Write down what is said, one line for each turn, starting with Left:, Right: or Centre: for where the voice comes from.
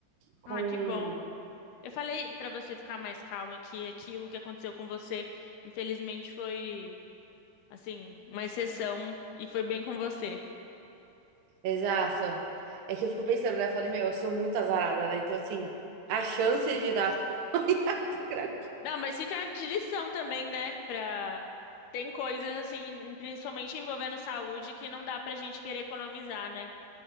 Right: Com.
Left: Ah, que bom. Eu falei pra você ficar mais calma que aquilo que aconteceu com você, infelizmente, foi, assim, uma exceção e foi bem com você.
Right: Exato. É que eu fico pensando, né? Eu falei, meu, eu sou muito azarada, né? Então, assim, a chance de dar <laughs> ruim é muito grande.
Left: Não, mas fica de lição também, né? Pra... Tem coisas, assim, principalmente envolvendo saúde, que não dá pra gente querer economizar, né?